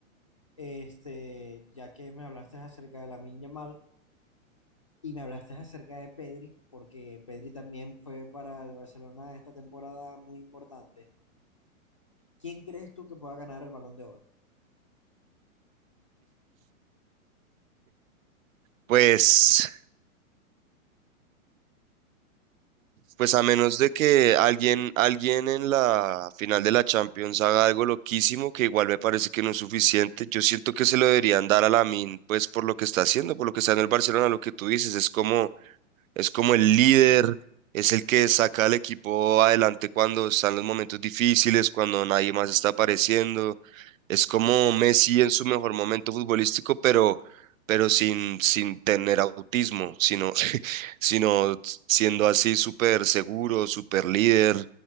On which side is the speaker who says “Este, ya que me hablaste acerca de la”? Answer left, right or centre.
Left